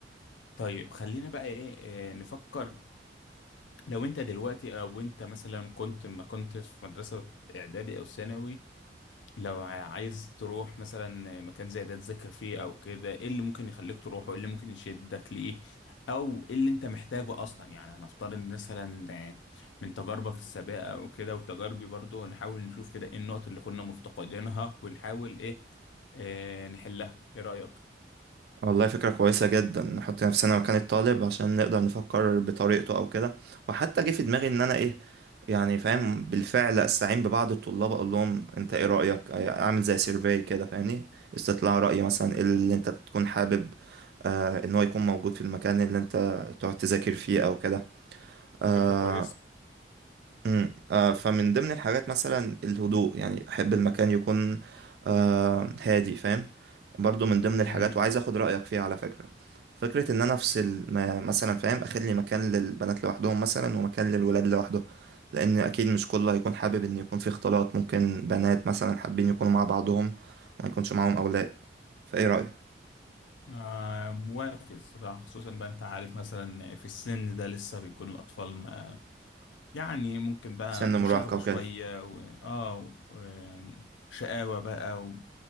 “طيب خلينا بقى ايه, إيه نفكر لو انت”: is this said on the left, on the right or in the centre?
Left